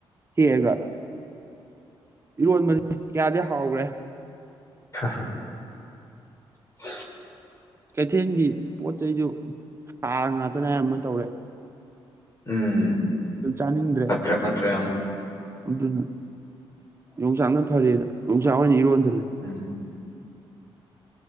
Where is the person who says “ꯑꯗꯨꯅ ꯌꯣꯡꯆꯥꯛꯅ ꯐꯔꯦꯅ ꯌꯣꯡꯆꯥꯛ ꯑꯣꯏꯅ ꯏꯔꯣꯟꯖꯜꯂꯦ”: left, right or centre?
Right